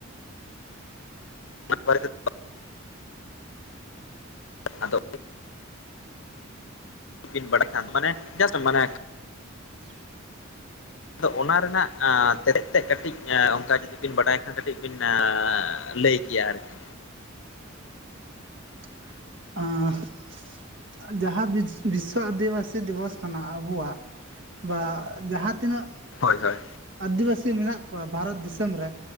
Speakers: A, on the left; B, on the right.
A: <unintelligible> ᱟᱫᱚ ᱵᱤᱱ ᱵᱟᱰᱟᱭ ᱠᱷᱟᱱ ᱢᱟᱱᱮ ᱡᱟᱥᱴ ᱢᱟᱱᱮ
B: <inaudible>
A: ᱟᱫᱚ ᱚᱱᱟ ᱨᱮᱱᱟᱜ ᱛᱮᱨᱮᱫ ᱛᱮᱫ ᱠᱟᱹᱴᱤᱡ ᱚᱱᱠᱟ ᱡᱩᱫᱤ ᱵᱤᱱ ᱵᱟᱰᱟᱭ ᱠᱷᱟᱱ ᱠᱟᱹᱴᱤᱡ ᱵᱤᱱ ᱮᱻ ᱞᱟᱹᱭ ᱠᱤᱭᱟ ᱟᱨᱠᱤ
B: <unintelligible> ᱡᱟᱦᱟᱸ ᱵᱤᱥ ᱵᱤᱥᱥᱚ ᱟᱹᱫᱤᱵᱟᱹᱥᱤ ᱫᱤᱵᱚᱥ ᱠᱟᱱᱟ ᱟᱵᱚᱣᱟᱜ ᱵᱟ ᱡᱟᱦᱟᱸ ᱛᱤᱱᱟᱹᱜ
A: ᱦᱳᱭ, ᱦᱳᱭ,
B: ᱟᱹᱫᱤᱵᱟᱹᱥᱤ ᱢᱮᱱᱟᱜ ᱠᱚᱣᱟ ᱵᱷᱟᱨᱚᱛ ᱫᱤᱥᱚᱢ ᱨᱮ,